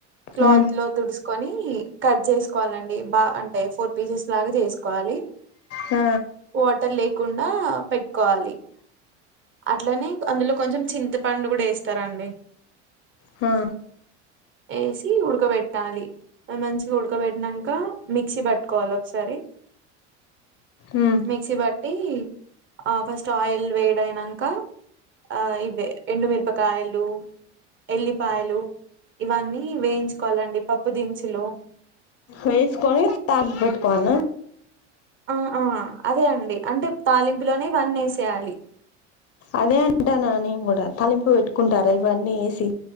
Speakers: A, on the right; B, on the left.
A: క్లాత్లో
B: ఉమ్
A: తుడుసుకొని కట్ చేసుకోవాలండి బా అంటే ఫోర్ పీసెస్ లాగా చేసుకోవాలి
B: ఆ
A: వాటర్ లేకుండా పెట్టుకోవాలి అట్లనే అందులో కొంచం చింత పండు గూడా యేస్తార అండి
B: హా
A: యేసి ఉడకబెట్టాలి మంచిగా ఉడకబెట్టినంకా మిక్సీ బట్టుకోవాలి ఒకసారి
B: ఉమ్
A: మిక్సీ బట్టి ఆ ఫస్ట్ ఆయిల్ వేడి అయినంకా ఆ ఇవే ఎండు మిరపకాయలు ఎల్లిపాయలు ఇవన్నీ వేయించుకోవాలండి పప్పు దినుసులు
B: వేసుకొని తా పెట్టుకోవన్నా
A: ఆ హ్ అదే అండి అంటే తాలింపులోనే ఇవన్నీ వేసేయాలి
B: అదే అంటన్న నేన్ కూడా తలింపు వెట్టుకుంటారా ఇవన్నీ ఎసి